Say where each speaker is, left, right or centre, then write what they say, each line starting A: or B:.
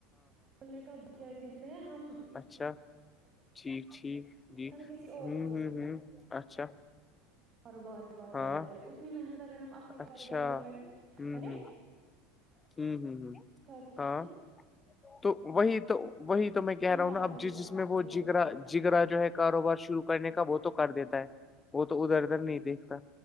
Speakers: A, on the right; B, on the left.
A: بولنے کا کیا کہتے ہیں ہم
B: اچھا ٹھیک ٹھیک جی
A: ہم کسی اور
B: ہوں
A: کے
B: ہوں ہوں اچھا
A: کاروبار بار
B: ہاں
A: بڑھا رہے اتنی محنت اگر ہم اپنے
B: اچھا
A: کاروبار پہ
B: ہوں
A: کریں کریں
B: ہوں ہوں ہوں ہ
A: کہتے
B: ہاں
A: ہیں
B: تو وہی تو وہی تو میں کہہ
A: ہمارا
B: رہا ہوں نا اب
A: وہی
B: جس
A: بات
B: جس میں
A: ہوتی
B: وہ
A: ہے
B: جگرا جگررا جو ہے کاروبار شروع کرنے کا وہ تو کر دیتا ہے وہ تو ادھر ادھر نہیں دیکھتا